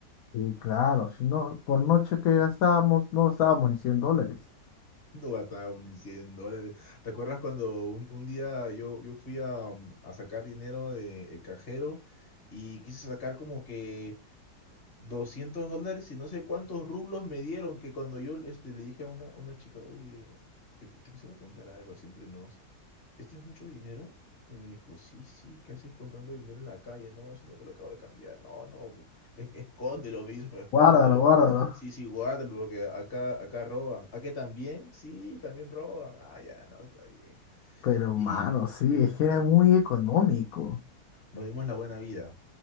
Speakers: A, on the left; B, on the left.
A: Sí, claro, si no, por noche que gastábamos, no gastábamos ni 100 dólares.
B: No gastaba ni 100 dólares. ¿Te acuerdas cuando un, un día yo, yo fui a, um, a sacar dinero del cajero y quise sacar como que 200 dólares y no sé cuántos rublos me dieron que cuando yo este, le dije a una, una chica, oye, te, te quisiera preguntar algo así entre nos. ¿esto es mucho dinero? Y me dijo, sí, sí, ¿qué haces con tanto dinero en la calle? No, sino que lo acabo de cambiar. No, no, es- escóndelo, mismo, escóndelo.
A: Guárdalo, guárdalo.
B: Porque... Sí, sí, guárdalo, porque acá, acá roban. ¿A qué también? Sí, también roban. Ah, ya, no, está bien.
A: Pero,
B: Y
A: mano, sí, es que era muy económico.
B: nos dimos la buena vida.